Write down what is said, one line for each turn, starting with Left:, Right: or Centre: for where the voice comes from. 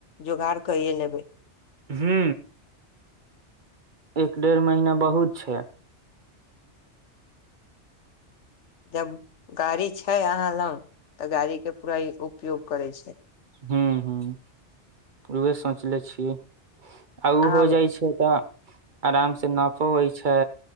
Left: जोगाड़ कैेये लेबे
Right: हू एक डेढ़ महिना बहुत छैय
Left: जब गाड़ी छै अहाँ लग तऽ गाड़ी के पूरा उपयोग करै छै
Right: हू हू उहै सोचले छियै आ ओ
Left: अहाँ
Right: हो जाइ छै तऽ आराम से नफो होइ छै